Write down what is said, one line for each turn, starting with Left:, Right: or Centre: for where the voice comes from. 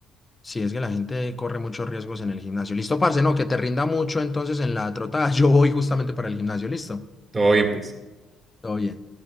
Left: sí, es que la gente corre muchos riesgos en el gimnasio. Listo, parce, no, que te rinda mucho entonces en la trotada. <laughs> Yo voy justamente para el gimnasio, listo.
Right: Todo bien, pues.
Left: Todo bien.